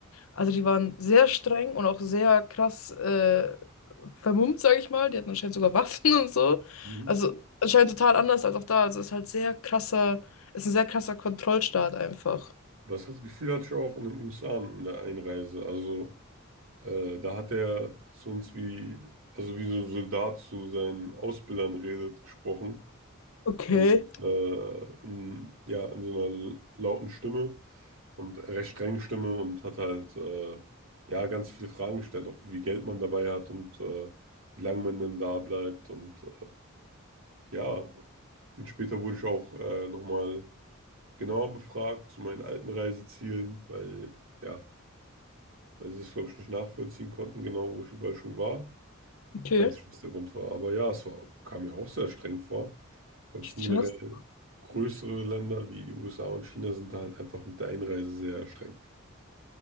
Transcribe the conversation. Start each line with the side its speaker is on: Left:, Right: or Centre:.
Left: Also die waren sehr streng und auch sehr krass äh, vermummt, sage ich mal. Die hatten anscheinend sogar Waffen <laughs> und so.
Right: Mhm.
Left: Also anscheinend total anders als auch da. Also ist halt sehr krasser, ist ein sehr krasser Kontrollstaat einfach.
Right: Aber das hat- Gefühl hatte ich auch in den USA in der Einreise. Also äh, da hat er zu uns wie, also wie so ein Soldat zu seinen Ausbildern redet, gesprochen.
Left: Okay,
Right: und äh, in, ja, in so einer lauten Stimme und recht strengen Stimme und hat halt äh, ja ganz viele Fragen gestellt, auch wie viel Geld man dabei hat und äh, wie lange man denn da bleibt und äh, ja, und später wurde ich auch äh, nochmal genauer befragt zu meinen alten Reisezielen, weil ja, weil sie das glaube ich nicht nachvollziehen konnten, genau wo ich überall schon war.
Left: okay.
Right: Ich weiß nicht, was der Grund war, aber ja, es war, kam mir auch sehr streng vor. Ich glaube,
Left: Krass.
Right: es sind generell größere Länder wie die USA und China sind da halt einfach mit der Einreise sehr streng.